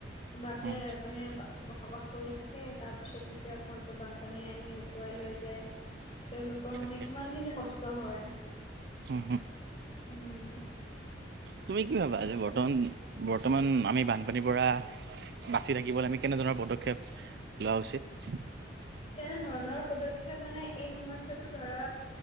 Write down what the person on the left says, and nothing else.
কিবাকে
মানে বা বসবাস কৰি থাকে তাৰপিছত যেতিয়া ঘৰটো বানপানী আহি উতুৱাই লৈ যায় তেওঁলোকৰ
মানে কিমান খিনি কষ্ট হয়।
উম'
সেইটোৱে।
তেনে ধৰণৰ পদক্ষেপ মানে এই সমস্যটো ধৰা